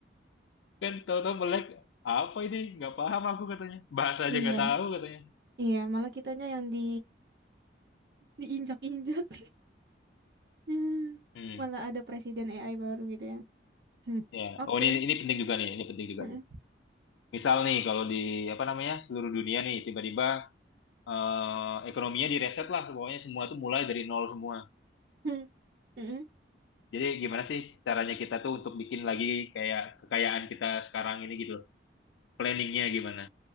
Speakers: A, on the left (about 80°); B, on the right (about 60°).
A: <laughs> Kan tahu-tahu melek apa ini? Nggak paham aku katanya. Bahasa aja
B: iya,
A: nggak tahu katanya.
B: iya. Malah kitanya yang di diinjak-injak. <laughs>
A: Hmm.
B: Malah ada presiden AI baru gitu ya. Hmm.
A: Ya,
B: Oke.
A: oh ini ini penting juga nih, ini penting juga
B: Mm-mm.
A: nih. Misal nih kalau di apa namanya seluruh dunia nih tiba-tiba eh, ekonominya direset lah, pokoknya semua tuh mulai dari nol semua.
B: Hmm. Mm-mm.
A: Jadi gimana sih caranya kita tuh untuk bikin lagi kayak kekayaan kita sekarang ini gitu planningnya gimana?